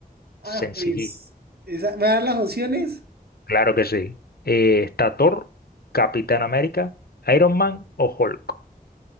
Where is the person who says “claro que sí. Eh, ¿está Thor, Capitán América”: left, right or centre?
Left